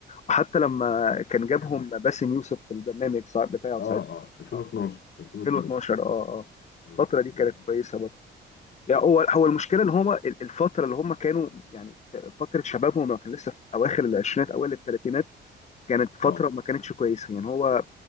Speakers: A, on the left (about 35°); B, on the left (about 55°).
A: وحتى لما كان جابهم
B: يعني
A: باسم يوسف في البرنامج ساع- بتاعه
B: اه
A: ساعتها
B: اه 2012
A: آه،
B: 2012
A: 2012 اه اه
B: اه
A: الفتره دي كانت
B: اه
A: كويسه برضه يعني هو هو المشكله ان هم الفتره اللي هم كانوا يعني فتره شبابهم لما كان لسه في اواخر العشرينات اوائل الثلاثينات كانت فتره
B: آه،
A: ما كانتش كويسه يعني هو